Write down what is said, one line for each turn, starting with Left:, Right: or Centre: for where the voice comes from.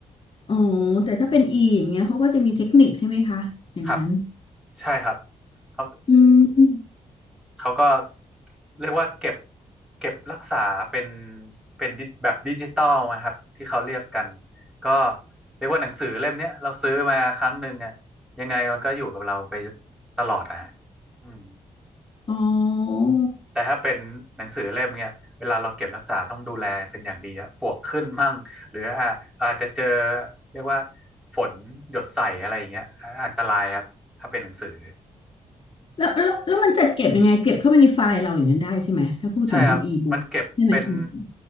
Left: อ๋อแต่ถ้าเป็นอีอย่างเงี้ยเขาก็จะมีเทคนิคใช่ไหมคะอย่างนั้น
Centre: ครับใช่ครับเขา
Left: อืม
Centre: เขาก็เรียกว่าเก็บเก็บรักษาเป็นเป็นดิแบบดิจิตอลนะครับที่เขาเรียกกันก็เรียกว่าหนังสือเล่มเนี้ยเราซื้อมาครั้งหนึ่งอ่ะยังไงมันก็อยู่กับเราไปตลอดอะฮะอืม
Left: อ๋อ
Centre: แต่ถ้าเป็นหนังสือเล่มเนี้ยเวลาเราเก็บรักษาต้องดูแลเป็นอย่างดีอะปลวกขึ้นมั่งหรืออาอาจจะเจอเรียกว่าฝนหยดใส่อะไรอย่างเงี้ยอันตรายครับถ้าเป็นหนังสือ
Left: แล้วแล้วแล้วมันจัดเก็บยังไงเก็บเข้าไปในไฟล์เราอย่างนั้นได้ใช่ไหมถ้าพูดถึงเป็นอีบุ๊กใช่ไหมอืม
Centre: ใช่ครับ มันเก็บเป็น